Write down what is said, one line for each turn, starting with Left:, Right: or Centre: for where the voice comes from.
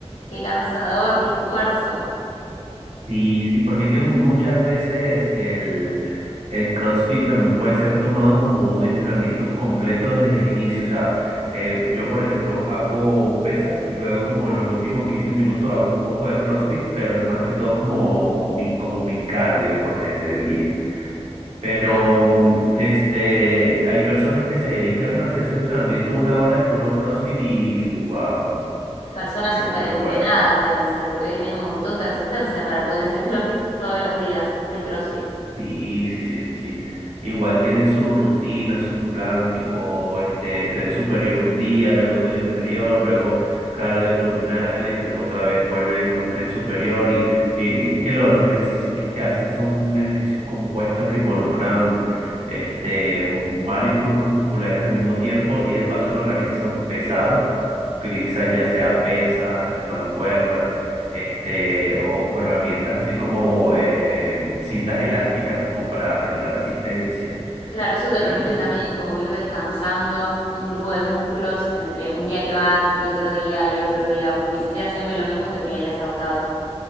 Left: qué cansador, qué esfuerzo.
Right: Sí, sí, porque es que muchas veces el, el CrossFit también puede ser tomado como un entrenamiento completo desde el inicio. O sea, eh, yo, por ejemplo, hago pesas y luego como en los últimos 15 minutos hago un poco de CrossFit, pero es más que todo como mi, como mi cardio, pues, del, del día. Pero
Left: Bueno,
Right: mm, este, hay personas que se dedican a hacer su entrenamiento una hora de puro CrossFit y wow,
Left: Personas
Right: es
Left: súper
Right: muy
Left: entrenadas
Right: fuerte.
Left: deben ser, porque hay que tener un montón de resistencia para poder hacer CrossFit todos los días, full CrossFit.
Right: Sí, sí, sí, sí, sí. Igual tienen su rutina, su plan, tipo, este, tren superior un día, luego tren inferior, luego cardio abdominales, luego otra vez vuelven a tren superior y, y es que lo- los ejercicios que hacen son ejercicios compuestos que involucran, este, varios grupos musculares al mismo tiempo y de paso lo realizan pesado utilizan ya sea pesas, mancuernas, este, o, o herramientas así como eh, cintas elásticas como para generar resistencia.
Left: Claro, eso te
Right: Y
Left: permite también como ir descansando un grupo de músculos entre un día que vas y otro día y otro día, porque si hicieras siempre lo mismo terminarías agotado.